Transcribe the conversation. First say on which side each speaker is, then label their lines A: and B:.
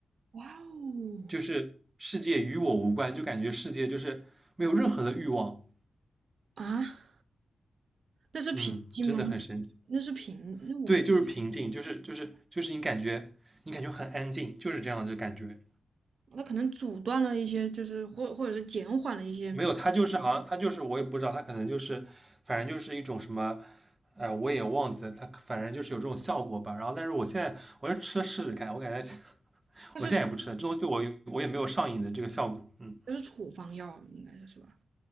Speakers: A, on the right; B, on the right.
A: 哇哦，
B: 就是世界与我无关，就感觉世界就是没有任何的欲望，
A: 啊！那是平颈吗？
B: 嗯，真的很神奇。
A: 那是平，那我
B: 对，就是平静，就是就是就是你感觉你感觉很安静，就是这样的感觉。
A: 那可能阻断了一些，就是或或者是减缓了一些，
B: 没有，他就是好像他就是我也不知道，他可能就是反正就是一种什么，哎、我也忘记了，他反正就是有这种效果吧。然后，但是我现在我要吃了试试看，我感觉
A: 那就是
B: 我现在也不吃了，这东西对我也我也没有上瘾的这个效果。嗯，
A: 就是处方药，应该是是吧？